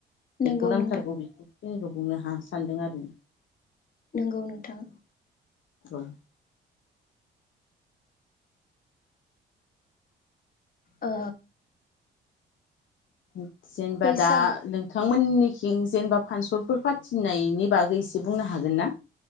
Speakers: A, on the left; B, on the left.
A: नोंगौ
B: बेखौ नांथारगौ
A: नोंथां
B: बेखौ <unintelligible> खौ बुंनो हा सानदों आरो
A: नंगौ नोंथां
B: औ
A: ओ
B: <inaudible> जेनेबा
A: बैसागु
B: दा नोंथांमोननि जेनेबा फानसलफोर फाथिनायनि बागै एसे बुंनो हागोन ना